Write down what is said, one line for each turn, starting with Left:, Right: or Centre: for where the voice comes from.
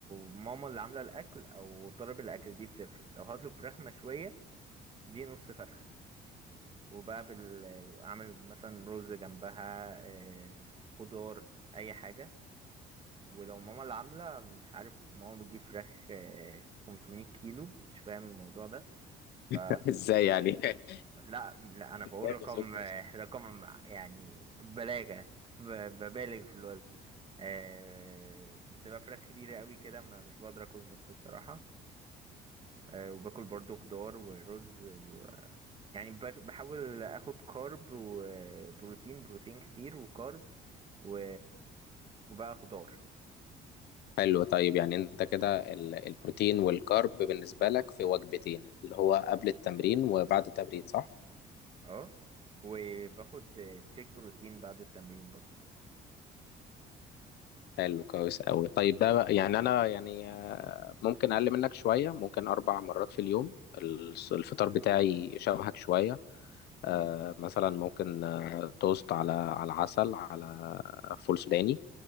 Right: ماما اللي عاملة الأكل أو طالب الأكل دي بتفرق لو هطلب فراخ مشوية دي نص فرخة وبقى بال... اعمل مثلا رز جنبها آه، خضار اي حاجه ولو ماما اللي عامله مش عارف ماما بتجيب فراخ آه، 500 كيلو مش فاهم الموضوع ده
Left: <laughs>
Right: ف
Left: ازاي يعني <laughs>
Right: لا لا انا بقول
Left: ازاي
Right: رقم
Left: خسرت
Right: آه، <laughs> رقم يعني بلاغه ب... ببالغ في الوزن آه، بتبقى فراخ كبيره قوي كده ما- مش بقدر اكل نص الصراحه آه، وباكل برضو خضار ورز و يعني باك- بحاول اخد كارب وبروتين بروتين كتير وكارب و... وبقى خضار
Left: حلو طيب يعني انت كده ال- البروتين والكارب بالنسبة لك في وجبتين اللي هو قبل التمرين وبعد التمرين صح؟
Right: اه وباخد تشيك بروتين بعد التمرين برضه
Left: حلو كويس قوي طيب ده بقى- يعني انا يعني آه، ممكن اقل منك شوية ممكن اربع مرات في اليوم الس- الفطار بتاعي شبهك شوية آه،
Right: امم
Left: مثلا ممكن آه، توست على على عسل على فول سوداني